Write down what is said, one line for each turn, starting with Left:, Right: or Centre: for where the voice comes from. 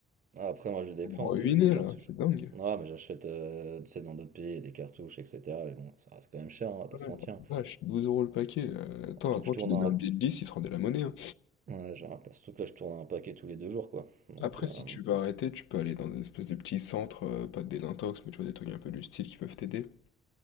Right: ah, après, moi j'ai des
Left: Vous
Right: plans,
Left: me ruinez,
Right: tu sais, j'ai des cartouches.
Left: là, c'est dingue.
Right: Non, mais j'achète euh, tu sais, dans d'autres pays des cartouches, etc. Mais bon, ça reste quand même cher, hein, on va pas
Left: Ouais,
Right: se mentir.
Left: la vache, douze euros le paquet. euh, attends,
Right: Surtout
Left: avant,
Right: que je tourne
Left: tu donnais
Right: un...
Left: un billet de 10, il te rendait la monnaie, hein.
Right: ouais, j'ai un- Surtout que là, je tourne un paquet tous les deux jours, quoi. Donc,
Left: Après,
Right: euh,
Left: si tu veux arrêter, tu peux aller dans une espèce de petit centre, euh, pas de désintox, mais tu vois, des trucs un peu du style qui peuvent t'aider.